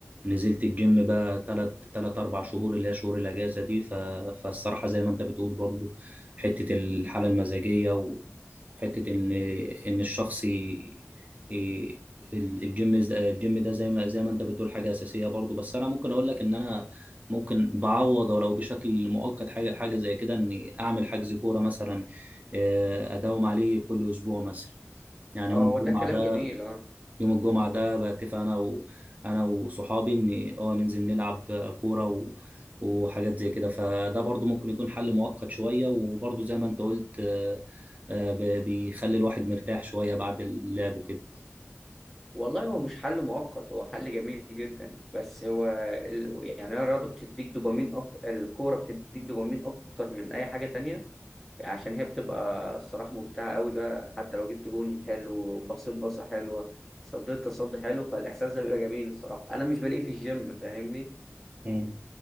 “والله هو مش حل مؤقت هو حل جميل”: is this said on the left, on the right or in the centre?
Centre